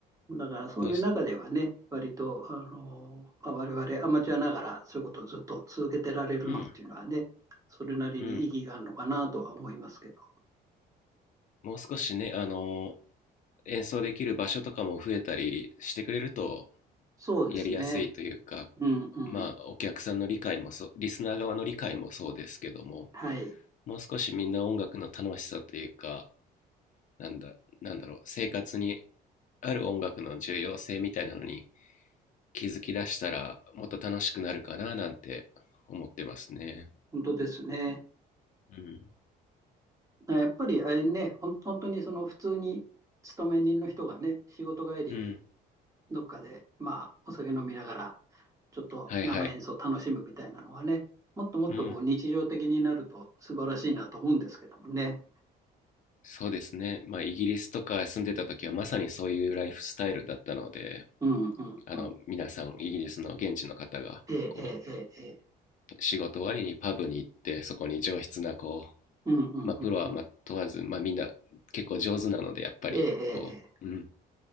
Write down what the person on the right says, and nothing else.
だからそういう中ではね、
割と、あのーまあ、我々アマチュアながらそういうことをずっと続けてられるのっていうのはね、
それなりに意義があるのかなとは思いますけど。
そうですね。
うんうん。
はい。
本当ですね。
やっぱりあれね、ほん、本当にその普通に勤め人の人がね、仕事帰りに
どっかで、まあ、お酒飲みながら、ちょっと生演奏楽しむみたいなのはね、
もっともっとこう日常的になると素晴らしいなと思うんですけどもね。
うんうんうん。
ええええええ。
うんうんうんうん。
ええええ。
ええ